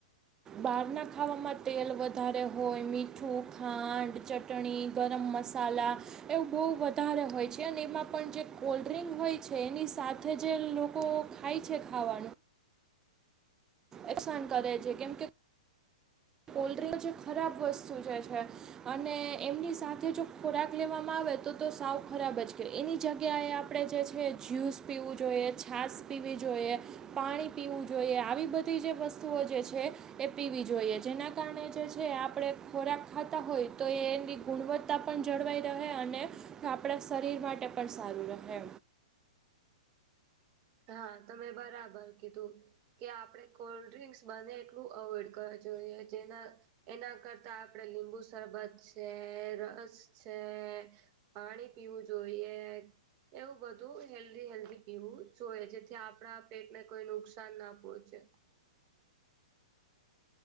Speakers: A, on the right; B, on the right.
A: બારના ખાવામાં તેલ વધારે હોય મીઠું ખાંડ ચટ ટણી ગરમ મસાલા એવું બોવ વધારે હોય છે અને એમાં પણ જે કોલ્ડ્રિંક હોય છે એની સાથે જે લોકો ખાય છે ખાવાનું એકસાન કરે છે કેમ કે કોલ્ડ્રિંગ જે ખરાબ વસ્તુ જે છે અને એમની સાથે જો ખોરાક લેવામાં આવે તો તો સાવ ખરાબ જ કે એની જગ્યાએ આપ પડે જે છે જ્યુસ પીવું જોઈએ છાસ પીવી જોઈએ પાણી પીવું જોઈએ આવી બ તી જે વસ્તુઓ જે છે એ પીવી જોઈએ જેના કારણે જે છે આપડે ખોરાક ખાતા હોય તો એ એની ગુણવત્તા પણ જળવાઈ રહે અને આપડા શરીર માટે પણ સારું રહે
B: હા તમે બરાબર કીધું કે આપડે કોલ્ડ્રિંક્સ બને એટલું અવોઈડ કરવા જોઈએ જેના એના કરતા આપડે લીંબુ શરબત છે રસ છે પાણી પીવું જોઈએ એવું બધું હેલ્ધી હેલ્ધી પીવું જોયે જેથી આપડા પેટને કોઈ નુકસાન ના પોહચે